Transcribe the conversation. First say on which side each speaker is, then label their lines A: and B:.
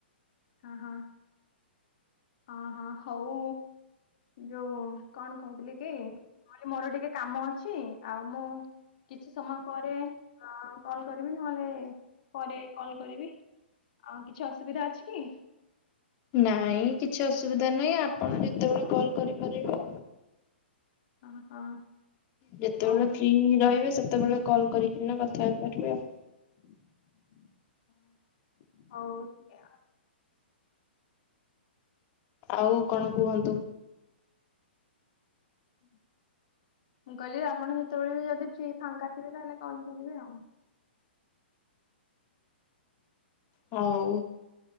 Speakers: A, on the left; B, on the left.
A: ହଁ ହଁ। ହଁ ହଁ ହଉ ଯୋଉ କଣ କହୁଥିଲି କି? <unintelligible> ମୋର ଟିକେ କାମ ଅଛି ଆଉ ମୁଁ କିଛି ସମୟ ପରେ ହଁ କଲ୍ କରିବି ନହେଲେ ପରେ କଲ କରିବି। ଆଉ କିଛି ଅସୁବିଧା ଅଛି କି?
B: ନାଇଁ କିଛି ଅସୁବିଧା ନାହିଁ ଆପଣ ଯେତେବେଳେ କଲ କରିପାରିବେ।
A: ହିଁ ହଁ।
B: ଯେତେବେଳେ
A: ହଉ
B: ଫ୍ରି ରହିବେ ସେତେବେଳେ କଲ୍ କରିକିନା କଥା ହେପାରିବେ ଆଉ।
A: ହୋଉ। <unintelligible>
B: ଆଉ କଣ କୁହନ୍ତୁ।
A: ହ ମୁଁ କହିଲି ଆପଣ ସେତେବେଳେ ଯଦି ଫ୍ରୀ ଫାଙ୍କା ଥିବେ ତାହେଲେ କଲ କରିବେ ଆଉ।
B: ହଉ।